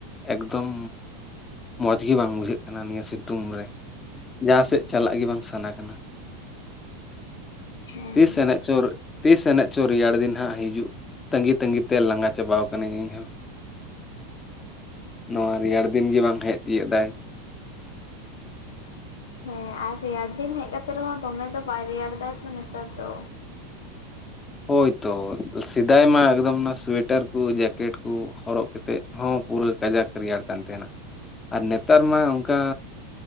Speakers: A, on the left (about 25°); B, on the left (about 85°).
A: ᱮᱠᱫᱚᱢ ᱢᱚᱡᱽ ᱜᱮ ᱵᱟᱝ ᱵᱩᱡᱷᱟᱹᱜ ᱠᱟᱱᱟ ᱱᱤᱭᱟᱹ ᱥᱮᱫ᱾ ᱛᱩᱝ ᱨᱮ ᱡᱟᱦᱟᱸ ᱥᱮᱫ ᱪᱟᱞᱟᱜ ᱜᱮ ᱵᱟᱝ ᱥᱟᱱᱟ ᱠᱟᱱᱟ᱾
B: ᱦᱮᱸ
A: ᱛᱤᱥ ᱮᱱᱮᱡ ᱪᱚᱨ <unintelligible> ᱛᱤᱥ ᱮᱱᱮᱡ ᱪᱚ ᱨᱮᱭᱟᱲ ᱫᱤᱱ ᱦᱟᱸᱜ ᱦᱤᱡᱩᱜ ᱛᱟᱹᱜᱤ, ᱛᱟᱸᱜᱤ ᱛᱮ ᱞᱟᱸᱜᱟ ᱪᱟᱵᱟᱟᱣ ᱠᱟᱹᱱᱟᱹᱧ ᱤᱧᱦᱚᱸ᱾ ᱱᱚᱣᱟ ᱨᱮᱭᱟᱲ ᱫᱤᱱ ᱜᱮ ᱵᱟᱝ ᱦᱮᱡ ᱛᱤᱭᱳᱜ ᱫᱟᱭ᱾
B: ᱦᱮᱸ ᱟᱨ ᱨᱮᱭᱟᱲ ᱫᱤᱱ ᱦᱮᱡ ᱠᱟᱛᱮ ᱨᱮᱦᱚᱸ ᱫᱚᱢᱮ ᱫᱚ ᱵᱟᱭ ᱨᱮᱭᱟᱲ ᱫᱟᱭ ᱛᱚ ᱱᱮᱛᱟᱨ ᱫᱚ᱾
A: ᱦᱳᱭ ᱛᱚ ᱥᱮᱫᱟᱭ ᱢᱟ ᱮᱠᱫᱚᱢ ᱚᱱᱟ ᱥᱩᱭᱮᱴᱟᱨ ᱠᱚ ᱡᱮᱠᱮᱴ ᱠᱚ ᱦᱚᱨᱚᱜ ᱠᱟᱛ ᱛᱮᱫ ᱦᱚᱸ ᱯᱩᱨᱟᱹ ᱠᱟᱡᱟᱠ ᱨᱮᱭᱟᱲ ᱠᱟᱱ ᱛᱟᱦᱮᱸᱱᱟ ᱟᱨ ᱱᱮᱛᱟᱨ ᱢᱟ ᱚᱱᱠᱟ